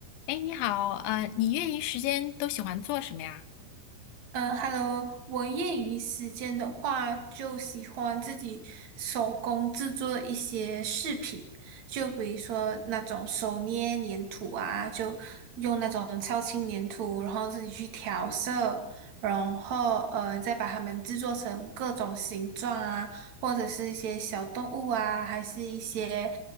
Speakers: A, on the left; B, on the right.
A: 哎，你好，呃，你业余时间都喜欢做什么呀？
B: 嗯，Hello，我业余时间的话，就喜欢自己手工制作一些饰品，就比如说那种手捏粘土啊，就用那种超轻粘土，然后自己去调色，然后呃，再把它们制作成各种形状啊，或者是一些小动物啊，还是一些